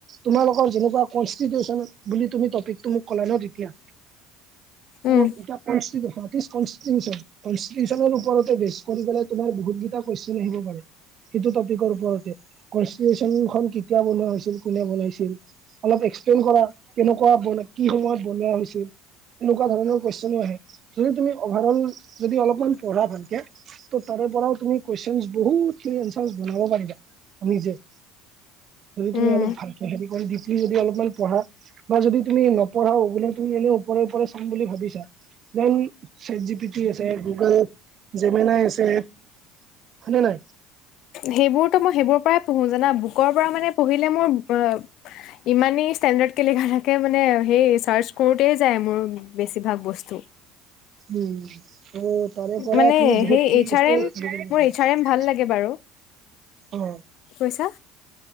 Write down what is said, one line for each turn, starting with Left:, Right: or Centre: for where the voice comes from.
Right: তোমালোকৰ যেনেকুৱা কনষ্টিটিউচন বুলি তুমি টপিকটো মোক ক'লা ন তেতিয়া।
Left: উম
Right: এ <inaudible> কনষ্টিটিউচনৰ ওপৰতে বেচ কৰি পেলাই তোমাৰ বহুতগিটা কুৱেচন আহিব পাৰে। সেইটো টপিকৰ ওপৰতে, কনষ্টিটিউচনখন কেতিয়া বনোৱা হৈছিল, কোনে বনাইছিল? অলপ এক্সপ্লেইন কৰা, কেনেকুৱা বন কি সময়ত বনোৱা হৈছিল? এনেকুৱা ধৰণৰ কুৱেচনো আহে, যদি তুমি অভাৰঅল যদি অলপমান পঢ়া ভালকে। ত' তাৰে পৰাও তুমি কুৱেশনচ বহুতখিনি এনচাৰছ বনাব পাৰিবা নিজে। যদি তুমি
Left: উম
Right: অলপ ভালকে হেৰি কৰি দি। তুমি যদি অলপমান পঢ়া বা যদি তুমি নপঢ়াও বোলে তুমি এনে ওপৰে ওপৰে চাম বুলি ভাবিছা। Then chat G P T আছে গুগল। জেমেনাই আছে হয় নে নাই?
Left: সেইবোৰতো মই সেইবোৰৰ পৰাই পঢ়ো জানা বুকৰ পৰা মানে পঢ়িলে মোৰ বা, ইমানেই ষ্টেণ্ডাৰ্ডকে লিখা থাকে মানে সেই চাৰ্চ কৰোতে যায় মোৰ বেছিভাগ বস্তু।
Right: উম ব। তাৰে পৰা
Left: মানে
Right: তুমি বহুতখিনি
Left: সেই এইচ
Right: বস্তু
Left: আৰ এম
Right: শিকিব
Left: মোৰ
Right: পাৰিব,
Left: এইচ আৰ এম ভাল লাগে বাৰু
Right: অ।
Left: কি কৈছা?